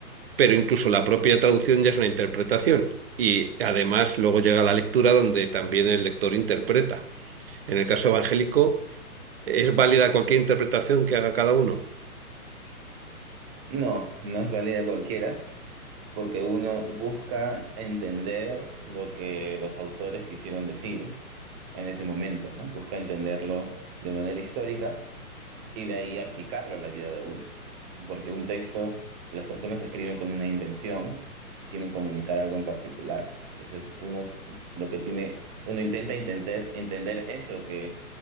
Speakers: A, on the right; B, on the right.
A: pero incluso la propia traducción ya es una interpretación. Y además luego llega la lectura donde también el lector interpreta. En el caso evangélico, ¿es válida cualquier interpretación que haga cada uno?
B: no, no es válida cualquiera, porque uno busca entender lo que los autores quisieron decir en ese momento, ¿no? Busca entenderlo de manera histórica y de ahí aplicarlo a la vida de uno. Porque un texto, las personas escriben con una intención, quieren comunicar algo en particular. Entonces uno lo que tiene, uno intenta entender, entender eso que,